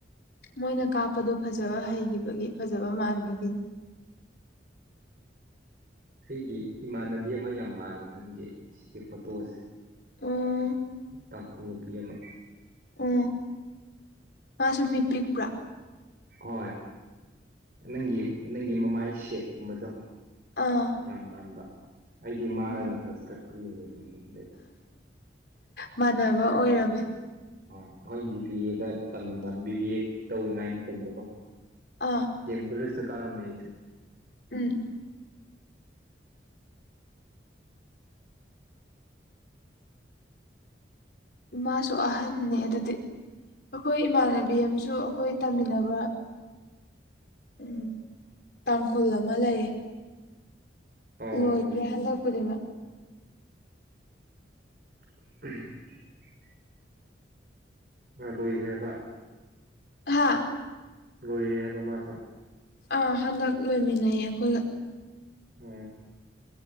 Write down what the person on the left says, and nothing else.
ꯃꯣꯏꯅ ꯀꯥꯞꯄꯗꯨ ꯐꯖꯕ ꯍꯩꯈꯤꯕꯒꯤ ꯐꯖꯕ ꯃꯥꯟꯕꯒꯤꯅꯤ
ꯎꯝ
ꯑꯣ ꯃꯥꯁꯨ ꯃꯤ ꯄꯤꯛꯄ꯭ꯔꯥ
ꯑꯥ
ꯎꯝ
ꯃꯥꯟꯅꯕ ꯑꯣꯏꯔꯝꯃꯦ
ꯑꯥ
ꯎꯝ ꯏꯃꯥꯁꯨ ꯑꯍꯟꯅꯦ ꯑꯗꯨꯗꯤ ꯑꯩꯈꯣꯏ ꯏꯃꯥꯟꯅꯕꯤ ꯑꯃꯁꯨ ꯑꯩꯈꯣꯏ ꯇꯝꯃꯤꯟꯅꯕ ꯎꯝ ꯇꯥꯡꯈꯨꯜ ꯑꯃ ꯂꯩꯌꯦ
ꯂꯣꯏꯈ꯭ꯔꯦ ꯍꯟꯗꯛꯄꯨꯗꯤꯡꯃꯛ
ꯍꯥꯥ
ꯑꯥ ꯍꯟꯗꯛ ꯂꯣꯏꯃꯤꯟꯅꯩꯌꯦ ꯑꯩꯈꯣꯏꯒ